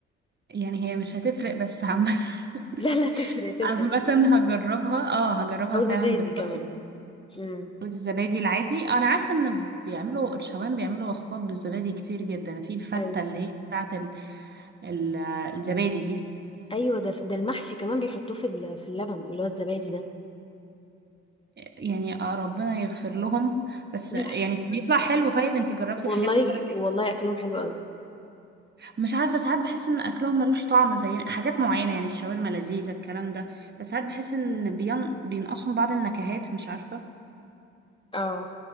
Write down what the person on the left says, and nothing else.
<laughs> لا لا تفرق تفرق
أو
زبادي
كمان مم.
ايوه
ايوه ده ده المحشي كمان بيحطوه في ال- في اللبن اللي هو الزبادي ده
<laughs>
والله
والله اكلهم حلو قوي
اه